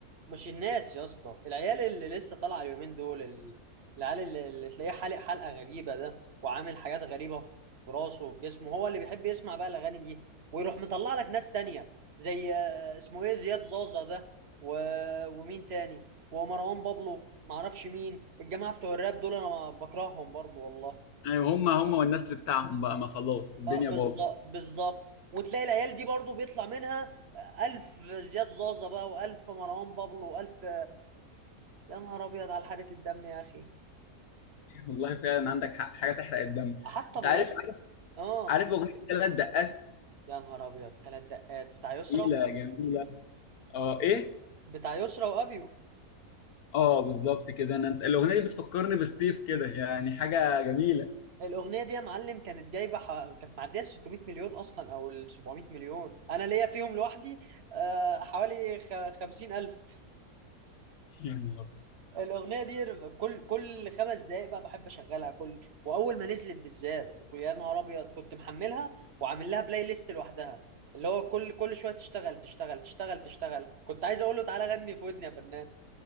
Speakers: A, on the right; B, on the left.
A: مش الناس يا اسطى العيال اللي لسه طالعه اليومين دول ال- العيال اللي, اللي تلاقيه حالق حلقه غريبه ده وعامل حاجات غريبه في راسه وفي جسمه هو اللي بيحب يسمع بقى الاغاني دي ويروح مطلع لك ناس تانية زي آه، اسمه ايه زياد زازا ده و... ومين تاني ومروان بابلو معرفش مين الجماعه بتوع الراب دول انا ما- بكرههم برضو والله
B: ايوه هم هم والنسل بتاعهم بقى ما خلاص الدنيا
A: اه بالظبط
B: باظت
A: بالظبط وتلاقي العيال دي برضو بيطلع منها آه، ألف زياد زازا بقى وألف مروان بابلو وألف يا نهار ابيض على حرقة الدم يا اخي
B: والله فعلا عندك حق حاجه تحرق الدم
A: حتى
B: انت
A: بوظ
B: عارف عارف
A: اه
B: عارف اغنيه ثلاث دقات
A: يا نهار ابيض ثلاث دقات بتاع يسرا
B: جميله جميله اه ايه
A: بتاع يسرا وابيو
B: اه بالظبط كده انا انت الاغنيه دي بتفكرني بستيف كده يعني حاجه جميله
A: الاغنيه دي يا معلم كانت جايبه ح... كانت معديه ال 600 مليون اصلا او ال 700 مليون انا ليا فيهم لوحدي آه حوالي خ... 50 الف
B: يا نهار
A: الاغنيه دي كل كل خمس دقائق بقى بحب اشغلها كل واول ما نزلت بالذات كل- يا نهار ابيض كنت محملها وعامل لها بلاي ليست لوحدها اللي هو كل كل شويه تشتغل تشتغل تشتغل تشتغل كنت عايز اقول له تعالى غني في ودني يا فنان